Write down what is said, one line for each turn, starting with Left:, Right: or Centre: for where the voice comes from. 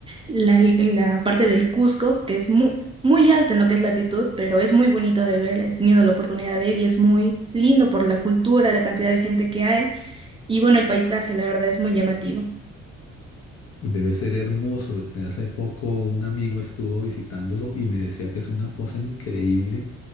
Right: la, la parte del Cusco, que es muy, muy alta en lo que es latitud, pero es muy bonito de ver. He tenido la oportunidad de ir y es muy lindo por la cultura, la cantidad de gente que hay y bueno, el paisaje, la verdad, es muy llamativo.
Left: Debe ser hermoso. Hace poco un amigo estuvo visitándolo y me decía que es una cosa increíble